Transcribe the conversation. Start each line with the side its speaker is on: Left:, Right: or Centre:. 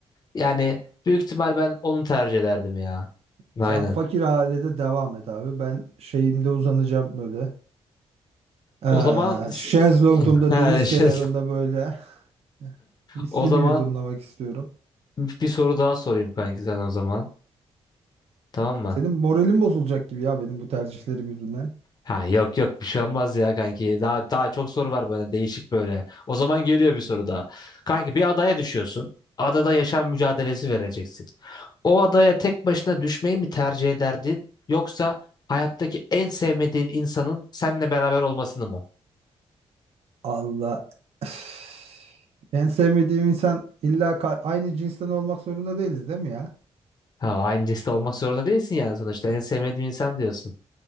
Left: Yani büyük ihtimal ben onu tercih ederdim ya. Aynen.
Right: Sen fakir ailede devam et abi. Ben şeyimde uzanacağım böyle. Ee,
Left: O zaman s-
Right: şezlongumda
Left: <laughs> Ha,
Right: deniz
Left: şey,
Right: kenarında böyle <laughs> viskimi
Left: o zaman
Right: yudumlamak istiyorum.
Left: bir soru daha sorayım kanki sana o zaman. Tamam mı?
Right: Senin moralin bozulacak gibi ya benim bu tercihlerim yüzünden.
Left: Ha yok yok bir şey olmaz ya kanki. Daha daha çok soru var böyle değişik böyle. O zaman geliyor bir soru daha. Kanki bir adaya düşüyorsun. Adada yaşam mücadelesi vereceksin. O adaya tek başına düşmeyi mi tercih ederdin yoksa hayattaki en sevmediğin insanın seninle beraber olmasını mı?
Right: Allah. Üf. En sevmediğim insan illa ka- aynı cinsten olmak zorunda değiliz değil mi ya?
Left: Ha aynı cinsle olmak zorunda değilsin yani sonuçta en sevmediğin insan diyorsun.